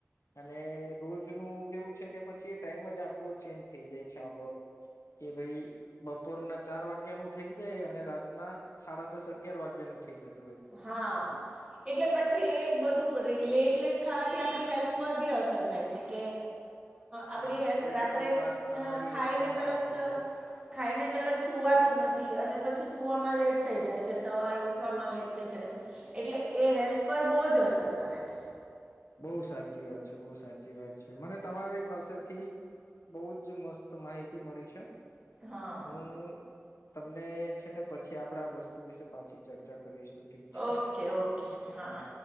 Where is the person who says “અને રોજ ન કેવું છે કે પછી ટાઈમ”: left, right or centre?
Left